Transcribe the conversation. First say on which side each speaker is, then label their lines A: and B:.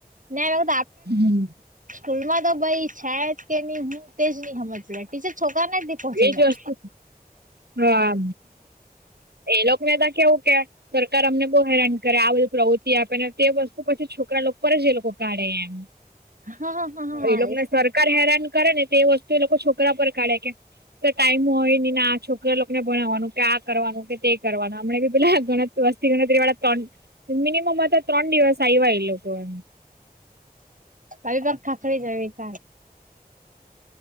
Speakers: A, on the right; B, on the right.
A: ના
B: હમ
A: સ્કૂલમાં તો ભાઈ છે, જ કે નહી. હુ તે નહી સમજ ટીચર છોકરી તનેક દી પહચી,
B: એજ
A: જા
B: વસ્તુ હા એ લોકોને, તો કેવું કે સરકાર અમને બહુ હેરાન કરે આ બધી પ્રવૃત્તિ આપે ને તે વસ્તુ પછી છોકરા, લોકો પર જે લોકો કાઢે એમ
A: હા હા હા હા
B: એ
A: આવી
B: લોકોને સરકાર હેરાન, કરે ને તે વસ્તુ એ લોકો છોકરા, પર કાઢે કે તો ટાઈમ હોય, ને આ છોકરા લોકોને ભણાવવાનું કે આ કરવાનુ તે કરવાના અમ બી પેલાણ વસ્તી, ગણતરી વાળા ત્રણ મિનિમમ તો ત્રણ દિવસ આય <unintelligible>
A: અવિક ખાખરે છેવિક.